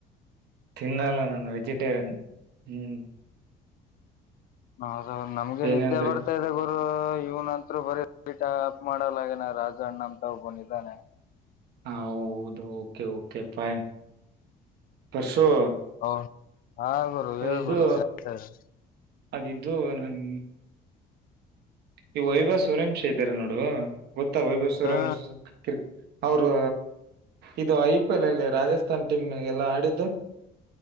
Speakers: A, on the right; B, on the left.
A: ತಿನ್ನಲ್ಲ ನಾನು ವೆಜಿಟೇರಿಯನ್ ಹ್ಮ್
B: ಹೌದ ನಮ್ಗೆ
A: ಏನಂದ್ರೆ
B: ನಿದ್ದೆ ಬರ್ತಾ ಇದೆ ಗು ರು ಇವನಂತರು ಬರೀ ಟಅಪ್ ಮಾಡಲಾಗನ ರಾಜನಮ್ಮ ತಾವ ಅಣ್ಣ ಅಂತ ನಮ್ ತಾವ್ ಬಂದಿದ್ದಾನೆ
A: ಹ ಹೌದು ಓಕೆ ಓಕೆ ಫೈನ್ ಬಸು
B: ಓ ಹಾ ಗುರು
A: ಅದಿದ್ದು
B: ಹೇಳ್ ಗುರು ಕೇಳ್ತಾ ಇದೆ
A: ಅದಿದ್ದು ನನ್ ಈ ವೈಭವ ಸುರಂಶ್ ಇದ್ದಾರೆ ನೋಡು ಗೊತ್ತಾ ವೈಭವ ಸುರಂಶ್
B: ಹಾ
A: ಕ ಅವರು ಇದು ಐ ಪಿ ಎಲ್ ಅಲ್ಲಿ ರಾಜಸ್ಥಾನ್ ಟೀಮ್ ಎಲ್ಲಾ ಆಡಿದ್ದು ಷೂ